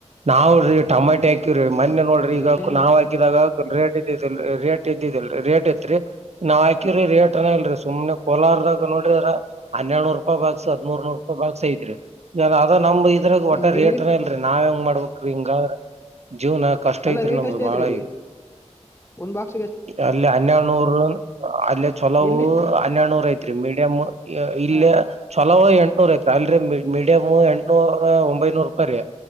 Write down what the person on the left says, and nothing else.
ಹ್ಮ್
ಇವತ್ತೇ
ಹೆಂಗ್
ಇಲ್ಲಿ
ಅಲ್ಲ
ರೇಟ್
ಎಷ್ಟೈತ್ರಿ
ಇಲ್ಲಿ ಒಂದ್ ಬಾಕ್ಸ್
ಇಲ್ಲಿ
ಹಾ